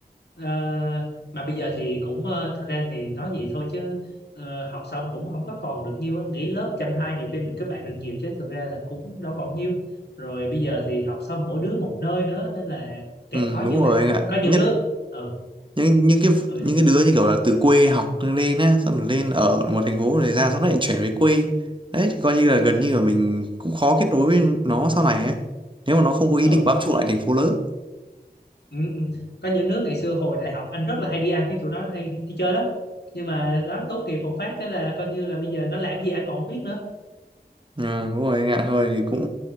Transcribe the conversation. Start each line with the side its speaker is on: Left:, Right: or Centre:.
Left: ờ, mà bây giờ thì cũng ờ, thực ra thì nói gì thôi chứ ờ, học xong cũng không có còn được nhiêu á nghỉ lớp chăm hai nhiều khi mình kết bạn được nhiều chứ thực ra là cũng đâu còn nhiêu rồi bây giờ thì học xong mỗi đứa một nơi nữa nên là càng
Right: ừ,
Left: khó
Right: đúng
Left: giữ bạn
Right: rồi anh ạ
Left: có những
Right: nhất
Left: đứa ừ
Right: những những cái
Left: ừ
Right: những cái đứa như kiểu là từ quê học lên á xong rồi lên ở một thành phố rồi ra xong lại chuyển về quê đấy thì coi như là gần như là mình cũng khó kết nối với nó sau này á nếu mà nó không có ý
Left: ừ
Right: định bám trụ lại thành phố lớn
Left: ừ, ừ. có những đứa ngày xưa hồi đại học anh rất là hay đi ăn với tụi nó hay đi chơi lắm nhưng mà đó tốt nghiệp một phát cái là coi như là bây giờ nó làm gì anh còn không biết nữa
Right: Ờ, đúng rồi ngạn hơi thì cũng